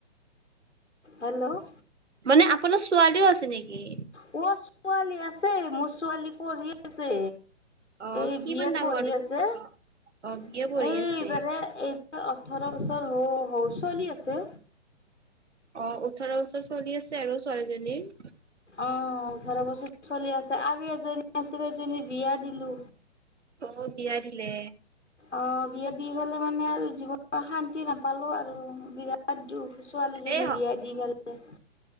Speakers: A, on the left (about 85°); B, on the right (about 75°).
A: হেল্ল'
B: মানে আপোনাৰ ছোৱালীও আছে নেকি।
A: অ ছোৱালী আছে মোৰ ছোৱালী পঢ়ি আছে।
B: অ
A: এই
B: কিমান
A: বি এড
B: ডাঙৰ
A: পঢ়ি
B: হৈছে
A: আছে
B: অ বিয়ে
A: এই
B: পঢ়ি আছে।
A: এইবাৰে এইবাৰ ওঠৰ বছৰ হ' হ' চলি আছে।
B: অ ওঠৰ বছৰ চলি আছে আৰু ছোৱালীজনীৰ।
A: অ উঠৰ বছৰ চলি আছে আৰু এজনী আছিলে এজনী বিয়া দিলো
B: অ বিয়াদিলে।
A: অ বিয়া দি ফেলে মানে আৰু জীৱনত শান্তি নাপালো আৰু। আৰু বিৰাট দুখ ছোৱালীজনী
B: এ
A: বিয়া দি ফেলে।